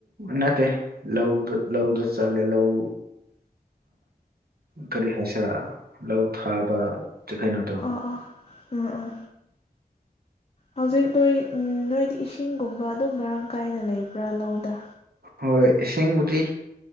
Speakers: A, on the right; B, on the left.
A: ꯅꯠꯇ ꯂꯍꯗ ꯂꯎꯗ ꯆꯂ ꯂꯍ ꯀꯔꯤ ꯍꯥꯏꯁꯤꯔꯥ ꯂꯧ ꯊꯥꯕꯩꯅ
B: ꯑꯣ ꯑ ꯎꯝ ꯎꯝ ꯍꯧꯖꯤꯛ ꯅꯣꯏ ꯎ ꯅꯣꯏꯗꯤ ꯏꯁꯤꯡꯒꯨꯝꯕ ꯑꯗꯨꯝ ꯃꯔꯥꯡ ꯀꯥꯏꯅ ꯂꯩꯕ꯭ꯔꯥ ꯂꯧꯗ
A: ꯍꯣꯏ ꯏꯁꯤꯡꯕꯨꯗꯤ